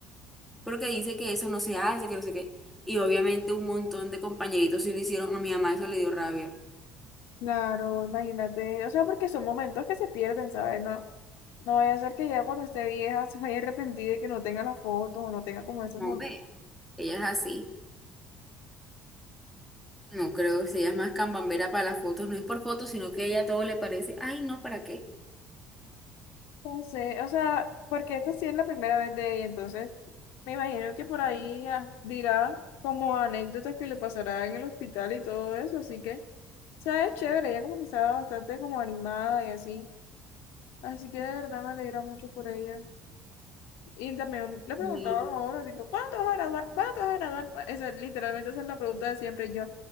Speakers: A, in the centre; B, on the left.
A: porque dice que eso no se hace, que no sé qué. Y obviamente un montón de compañeritos sí lo hicieron, a mi mamá eso le dio rabia.
B: Claro, imagínate, o sea, porque son momentos que se pierden, ¿sabes? No, no vaya a ser que ya cuando esté vieja se vaya arrepentida y que no tenga la foto o no tenga como esos
A: No,
B: momentos.
A: ve, ella es así. No creo, si ella es más cambambera para las fotos, no es por fotos, sino que a ella todo le parece, ay, no, ¿para qué?
B: No sé, o sea, porque esta sí es la primera vez de ella, entonces me imagino que por ahí ah, dirá como anécdotas que le pasará en el hospital y todo eso, así que, o sea, es chévere, ella como que estaba bastante como animada y así, así que de verdad me alegra mucho por ella. Y también le preguntaba
A: Y,
B: como uno, tipo, ¿cuándo te vas a graduar? ¿Cuándo te vas a graduar? Esa, literalmente esa es la pregunta de siempre, y yo,